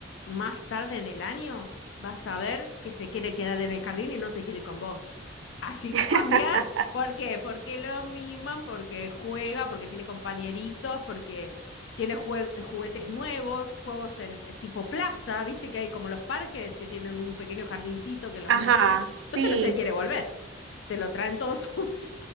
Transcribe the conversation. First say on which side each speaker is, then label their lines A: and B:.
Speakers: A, on the left; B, on the right.
A: más tarde en el año vas a ver que se quiere quedar en el jardín y no se quiere ir con vos. Así
B: <laughs>
A: <laughs> cambian. ¿Por qué? Porque lo miman, porque juega, porque tiene compañeritos, porque tiene jue- juguetes nuevos, juegos en eh, tipo plaza, ¿viste? Que hay como los parques que tienen un pequeño jardincito que los
B: Ajá,
A: nenes juegan.
B: sí.
A: Entonces no se quiere volver. Te lo traen todo <laughs> sucio